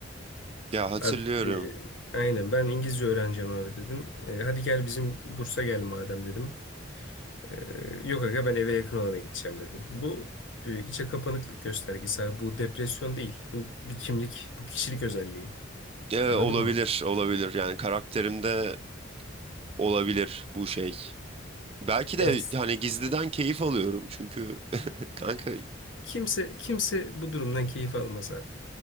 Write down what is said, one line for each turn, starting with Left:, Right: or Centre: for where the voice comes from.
Right: ya hatırlıyorum.
Left: Abi, e, aynen ben İngilizce öğreneceğim abi dedim. E, hadi gel bizim kursa gel madem dedim. E, yok aga ben eve yakın olana gideceğim dedim. Bu e, içe kapanıklık göstergesi abi. Bu depresyon değil. Bu bir kimlik, bu kişilik özelliği.
Right: Ee,
Left: Anladın
Right: olabilir
Left: mı?
Right: olabilir yani karakterimde olabilir bu şey. Belki
Left: Yani
Right: de
Left: s-
Right: hani gizliden keyif alıyorum çünkü kanka
Left: kimse kimse bu durumdan keyif almaz abi.